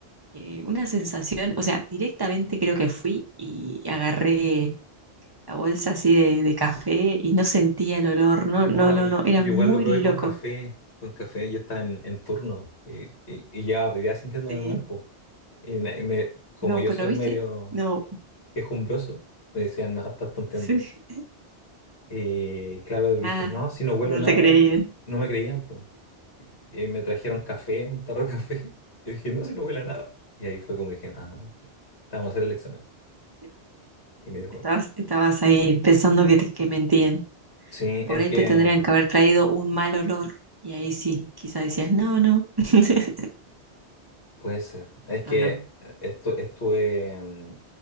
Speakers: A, on the right; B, on the left.
A: Eh, una sensación, o sea, directamente creo que fui y agarré la bolsa así de, de café y no sentía el olor, no,
B: Oh,
A: no, no,
B: y-
A: no, era
B: yo
A: muy
B: igual lo probé con
A: loco.
B: café. Con café yo estaba en, en turno y, y, y llevaba días sintiéndome
A: Sí,
B: mal, po. Y, na- y me, como
A: no,
B: yo
A: pero
B: soy
A: viste,
B: medio
A: no,
B: quejumbroso, me decían, no, estás tonteando.
A: <laughs> sí,
B: Y claro, dije,
A: ah,
B: no, si no huelo
A: no
B: nada.
A: te creí.
B: No me creían, po. Y me trajeron café, un tarro de café. <laughs> Y dije, no, si no huele a nada. Y ahí fue como dije, ah, te vamos a hacer el examen.
A: ¿eh?
B: Y me dio COVID.
A: Estabas, estabas ahí pensando que, te- que mentían.
B: Sí,
A: Por
B: es
A: ahí
B: que
A: te tendrían
B: mm,
A: que haber traído un mal olor. Y ahí sí, quizás decías, no, no. <laughs>
B: Puede ser. Es que
A: No, no.
B: esto, estu- estuve. mm,